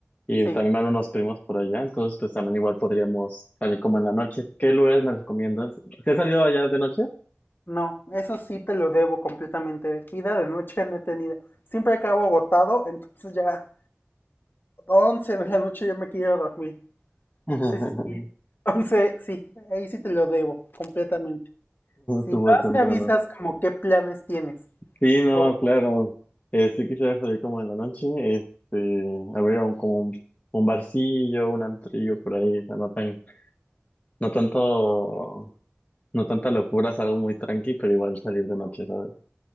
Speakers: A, on the left (about 30°); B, on the left (about 45°).
A: y
B: Sí,
A: también van unos primos por allá, entonces pues también igual podríamos salir como en la noche. ¿Qué lugares me recomiendas? ¿Se ha salido allá de noche?
B: no, eso sí te lo debo completamente. Vida de noche <laughs> no he tenido. Siempre acabo agotado, entonces ya 11 de la noche ya me quiero dormir.
A: <laughs>
B: Sí, sí, sí. 11, sí, ahí sí te lo debo completamente. Si
A: Súper
B: vas,
A: temprano.
B: me avisas como qué planes tienes.
A: Sí, no,
B: O,
A: claro. Eh, sí quisiera salir como en la noche, este, a ver, un, como un, un barcillo, un antrillo por ahí, o sea, no tan No tanto, no tanta locura, es algo muy tranqui, pero igual salir de noche, ¿sabes?